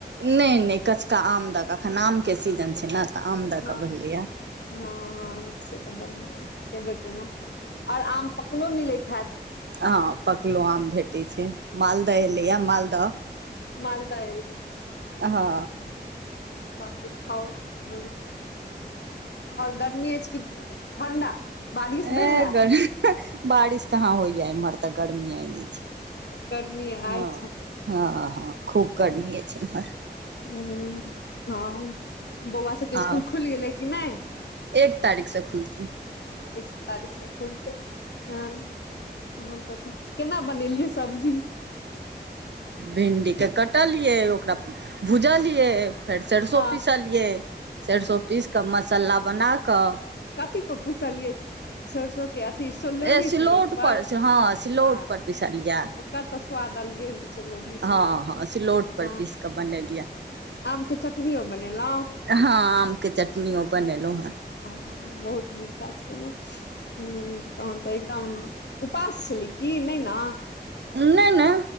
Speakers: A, on the right; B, on the left.
A: नहि नहि कचका आम दऽक एखन आमके सीजन छै ने तऽ आम दऽ
B: हँ
A: कऽ बनलैए
B: हँ ह से तऽ बनआ जेबे कलहुँ आओर आम पकलो मिलैत हैत
A: हँ पकलो आम भेट क छै मालदह एलैए मालदह
B: मालदह
A: हँ
B: ह बे खाउ म आओर गर्मी अछि कि ठण्डा बारिश
A: ह
B: भेलए
A: ग बारिश कहाँ होइय इम्हर तक गर्मी आ
B: गर्मी
A: हँ
B: आइ छै
A: हँ हँ खूब गर्मी छै मरा
B: ह हँ बौआ सबके स्सकुल
A: आ
B: खुलि गेलै कि नहि
A: एक तारीखसँ खुलतै
B: एकस तारीख से खुलते ह तन तऽ केना बनेलियै सब्जी
A: भिंडीके कटलियै ओकरा भुजलियै फेर सरसो
B: हँ
A: पीसलियै सरसो पीस कऽ मसालला बनाकऽ
B: कथिक पुछलिये से सरसो क आथि सेहो लोरही
A: ए
B: सिलौट पर
A: हँ सिलौट
B: बाह
A: पर पिसलियै
B: ओकर तऽ स्वाद अलगे होइ छै लोढ़ी सिललौटके
A: हँ हँ सिलौट पर
B: हँ
A: पीस कऽ बनेलियै
B: आमके चटनीओ बनेल ब
A: हँ आम के चटनियो बनेलहुँ हेँ
B: बहुत नीक काज केलहु ह तहन तऽ एकदम उपास छलै कि नहि ने
A: नहिन नहि